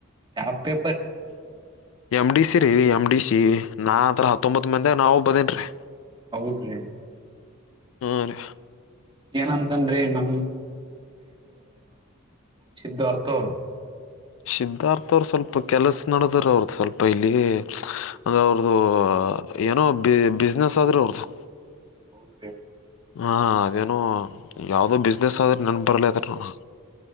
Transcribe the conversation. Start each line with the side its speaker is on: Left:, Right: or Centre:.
Right: ಯಾವೇ
Left: ಎಮ ಡಿ ಸಿ ೀೀ ಎಮ್ ಡಿ ಸಿ ನಾತ್ರ ಹತ್ತೊಂಬತ್ ಮಂದ ನಾವವು ಬದೇನ್ೀ
Right: ಹೌದ್ರೀ
Left: ಹ್ಮ್
Right: ಏನಂತನ್ರಿ ನಮ್ ಸ್ಧಾರ್ಥರ್
Left: ಸಿದ್ಧಾರ್ಥ ಅವ್ರ ಸ್ವಲ್ಪ ಕೆಲ್ಸ ನಡದಾರ ಅವ್ರದ ಸ್ವಲ್ಪ ಇಲ್ಲಿ ಅಂದ್ರೆ ಅವ್ರದು ಏನೋ ಬಿಸ್ನೆಸ್ ಆದ್ರೂ ಅವ್ರದುು
Right: ಹೌದುದ.
Left: ಹಾಂ ಅದೇನು ಯಾವುದೋ ಬಿಸ್ನೆಸ್ ಆದ್ರೆ ನನ್ಗೆ ಬರಲದ ನ.